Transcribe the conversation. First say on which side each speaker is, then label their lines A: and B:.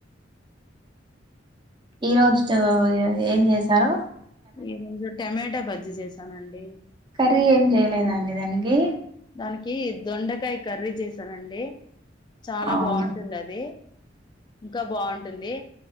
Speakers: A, on the right; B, on the left.
A: ఈ రోజు చో ఏం జేసారో
B: ఏమొ ఈ రోజు టమేట బజ్జీ జేసానండి
A: కర్రీ ఏం జేయలేదా అండి దానికి
B: దానికి దొండకాయ కర్రీ జేసానండి చాలా
A: అవును
B: బావుంటుంది అది ఇంకా బావుంటుంది